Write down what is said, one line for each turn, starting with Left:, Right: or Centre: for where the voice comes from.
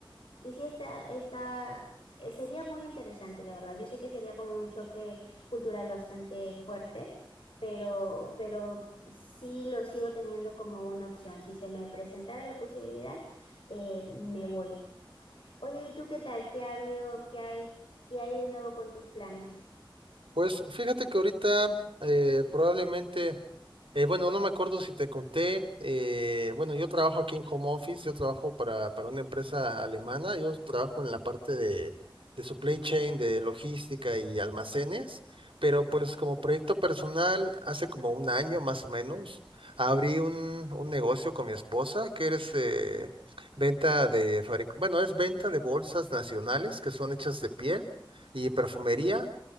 Left: Y sí está, está, eh, sería muy interesante, la verdad. Yo sé que sería como un choque cultural bastante fuerte, pero, pero sí lo sigo teniendo como una opción. Si se me presentara la posibilidad, eh, me voy. Oye, ¿y tú qué tal? ¿Qué ha habido? ¿Qué hay? ¿Qué hay de nuevo con tus planes?
Right: Pues fíjate que ahorita eh, probablemente, eh, bueno, no me acuerdo si te conté, eh, bueno, yo trabajo aquí en home office, yo trabajo para, para una empresa alemana, yo trabajo en la parte de, de supply chain, de logística y almacenes, pero
Left: Ujú.
Right: pues como proyecto personal, hace como un año más o menos, abrí un, un negocio con mi esposa que es eh, venta de fabric, bueno, es venta de bolsas nacionales que son hechas de piel y perfumería.